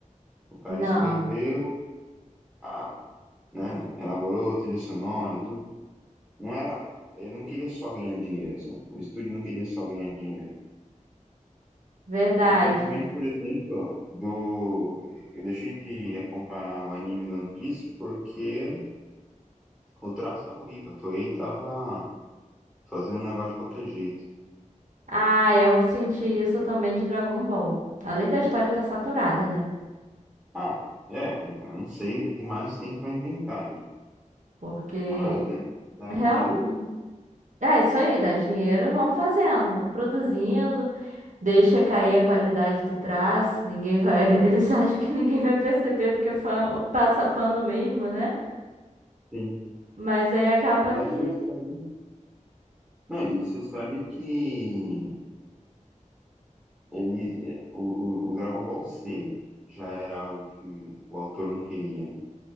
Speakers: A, in the centre; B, on the right.
A: O cara
B: Não,
A: escreveu, a, né, elaborou trilha sonora, tudo. Não era, ele não queria só ganhar dinheiro, sabe? O estúdio não queria só ganhar dinheiro.
B: verdade.
A: Diferentemente, por exemplo, do eu deixei de acompanhar o anime do One Piece porque o traço tava horrível, a Toei tava fazendo um negócio de qualquer jeito.
B: Ah, eu senti isso também de Dragon Ball. Além da história estar saturada, né?
A: Ah, é, eu não sei o que mais tem pra inventar ali.
B: Porque
A: Mas, né, dá
B: realmente.
A: dinheiro,
B: É isso aí, dá dinheiro, vamos fazendo, vamos produzindo, deixa cair a qualidade do traço, ninguém vai. <laughs> Eles acham que ninguém vai perceber porque fã- passa pano mesmo, né?
A: sim.
B: Mas aí acaba
A: Mas
B: que.
A: você sabe, não, e você sabe que Ele, é, o, o, o Dragon Ball Z já era algo que o autor não queria, né?